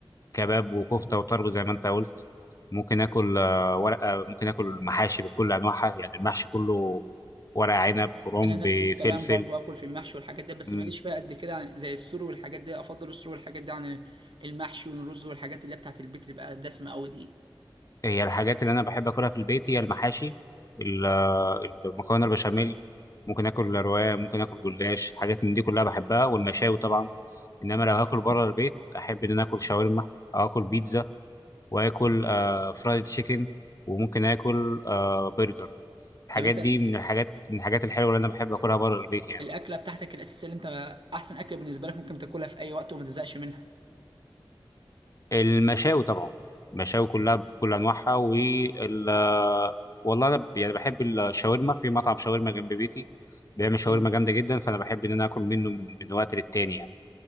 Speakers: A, on the left; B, on the right.
A: كباب وكفته وطرب زي ما انت قلت ممكن اكل آه، ورقه ممكن اكل محاشي بكل انواعها يعني المحشي كله ورق عنب كرنب
B: انا نفس الكلام
A: فلفل
B: برضو اكل في المحشي والحاجات دي بس
A: مم.
B: ماليش فيها قد كده عن- زي السوري والحاجات دي افضل السوري والحاجات دي عن المحشي والرز والحاجات اللي هي بتاعت البيت اللي بقى دسمه قوي دي
A: هي الحاجات اللي انا بحب اكلها في البيت هي المحاشي ال- آه، المكرونه البشاميل ممكن اكل رواية ممكن اكل جلاش حاجات من دي كلها بحبها والمشاوي طبعا انما لو هاكل بره البيت احب ان انا اكل شاورما او اكل بيتزا واكل آه فرايد تشيكن وممكن اكل آه برجر الحاجات
B: طب انت
A: دي
B: ال-
A: من الحاجات من الحاجات الحلوه اللي انا بحب اكلها بره البيت يعني
B: الاكله بتاعتك الاساسيه اللي انت احسن اكله بالنسبه لك ممكن تاكلها في اي وقت وما تزهقش منها
A: المشاوي طبعا المشاوي كلها بكل انواعها وال والله انا ب- يعني بحب الشاورما في مطعم شاورما جنب بيتي بيعمل شاورما
B: اه
A: جامده جدا فانا بحب ان انا اكل منه من, من وقت للتاني يعني